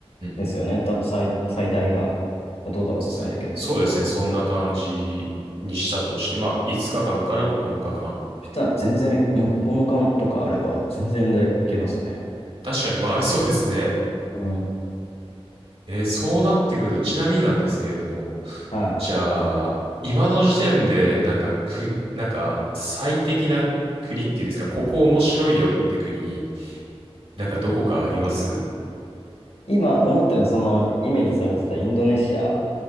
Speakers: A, on the left; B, on the right.
A: ですよね。
B: うん。
A: 多分最、最大が、まあどうだろう、
B: そうそうですね。
A: わかんないけど。そ
B: そんな感じにしたとして、まあ、5日間かんから9日間。
A: したら全然、もう9日とかあれば、全然でいけますね。
B: 確かに回りそうですね。
A: うん。
B: えーそうなってくると、ちなみになんですけれども、
A: はい。
B: じゃあ、今の時点で、なんか、く、なんか、最適な国っていうんですか、ここ面白いよって国、なんかどこかあります
A: 今思ってるのはその、イメージされてたインドネシア